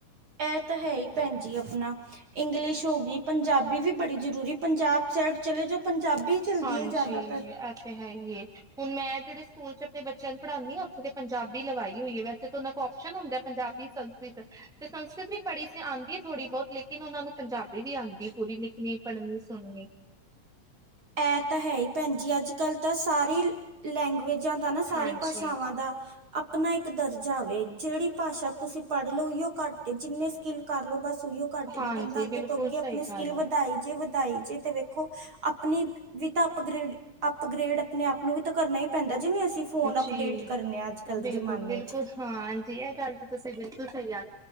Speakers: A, on the right; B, in the centre.
A: ਇਹ ਤਾਂ ਹੈ ਹੀ ਭੈਣ ਜੀ ਆਪਣਾ ਇੰਗਲਿਸ਼ ਹੋ ਗਈ ਪੰਜਾਬੀ ਵੀ ਬੜੀ ਜ਼ਰੂਰੀ ਪੰਜਾਬ ਸਾਈਡ ਚਲੇ ਜੋ ਪੰਜਾਬੀ ਚੱਲਦੀ
B: ਹਾਂਜੀ
A: ਹੈ ਜਾਦਾਤਰ
B: ਇਹ ਤੇ ਹੈ ਹੀ ਏ ਹੁਣ ਮੈਂ ਜੇੜੇ ਸਕੂਲ 'ਚ ਆਪਣੇ ਬੱਚੇ ਬੱਚਿਆਂ ਨੂੰ ਪੜ੍ਹਾਂਦੀ ਹਾਂ ਉੱਥੇ ਤੇ ਪੰਜਾਬੀ ਲਵਾਈ ਹੋਈ ਹੈ ਵੈਸੇ ਤਾਂ ਉਹਨਾ ਕੋ ਉਪਸ਼ਨ ਹੁੰਦਾ ਪੰਜਾਬੀ ਸੰਸਕ੍ਰਿਤ ਤੇ ਸੰਸਕ੍ਰਿਤ ਵੀ ਪੜ੍ਹੀ ਸੀ ਆਂਦੀ ਹੈ ਥੋੜ੍ਹੀ ਬਹੁਤ ਲੇਕਿਨ ਓ ਨੂੰ ਪੰਜਾਬੀ ਵੀ ਆਂਦੀ ਹੈ ਪੂਰੀ ਲਿਖਣੀ ਪੜਨੀ ਸੁਣਣੀ
A: ਇਹ ਤਾਂ ਹੈ ਹੀ ਭੈਣ ਜੀ ਅੱਜ ਕੱਲ ਤਾਂ ਸਾਰੇ ਲੈਂਗੁਏਜਾਂ ਦਾ ਨਾ ਸਾਰੀ
B: ਹਾਂਜੀ
A: ਭਾਸ਼ਾਵਾਂ ਦਾ ਆਪਣਾ ਇੱਕ ਦਰਜਾ ਵੇ ਜੇੜੀ ਭਾਸ਼ਾ ਤੁਸੀ ਪੜ੍ਹ ਲਓ ਉਹੀਓ ਘੱਟ ਏ ਜਿੰਨੇ ਸਕਿੱਲ ਕਰ ਲੋ ਬਸ ਉਹੀਓ ਘੱਟ
B: ਹਾਂਜੀ
A: ਨੇ ਬੰਦਾ ਅੱਗੇ
B: ਬਿਲਕੁਲ
A: ਤੋਂ ਅੱਗੇ
B: ਸਹੀ
A: ਆਪਣੀ ਸਕਿੱਲ
B: ਗੱਲ
A: ਵਧਾਈ
B: ਏ
A: ਜੇ ਜੇ ਤੇ ਵੇਖੋ ਆਪਣੀ ਵੀ ਤਾਂ ਅਪਗ੍ਰਡ ਅਪਗ੍ਰੇਡ ਆਪਣੇ ਆਪ ਨੂੰ ਵੀ ਤਾਂ ਕਰਨਾ ਹੀ ਪੈਂਦਾ ਜਿਵੇਂ ਅਸੀਂ ਫੋਨ ਅਪਡੇਟ
B: ਜੀ
A: ਕਰਨੇ ਆ ਅੱਜ ਕੱਲ
B: ਬਿਲਕੁਲ-ਬਿਲਕੁਲ
A: ਦੇ ਜ਼ਮਾਨੇ 'ਚ
B: ਹਾਂਜੀ ਇਹ ਗੱਲ ਤਾਂ ਤੁਸੀਂ ਬਿਲਕੁਲ ਸਈ ਆ